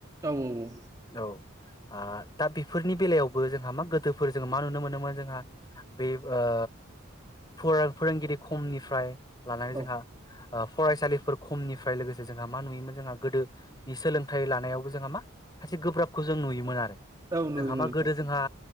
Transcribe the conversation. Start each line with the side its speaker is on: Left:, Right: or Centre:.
Right: औ औ औ
Left: औ आ दा बेफोरनि बेलायावबो जोंहा मा गोदोफोर जों मा नुनो मोनोमोन जोंहा बे ओ फरा-फोरोंगिरि खमनिफ्राय लानानै
Right: औ
Left: जोंहा ओ फरायसालिफोर खमनिफ्राय लोगोसे जोंहा मा नुयोमोन जोंहा गोदो- नि सोलोंथाइ लानायावबो जोंहा मा खायसे गोब्राबखौ जों नुयोमोन आरो।
Right: औ नुयोमोन
Left: जोंहा मा
Right: नोंथां
Left: गोदो जोंहा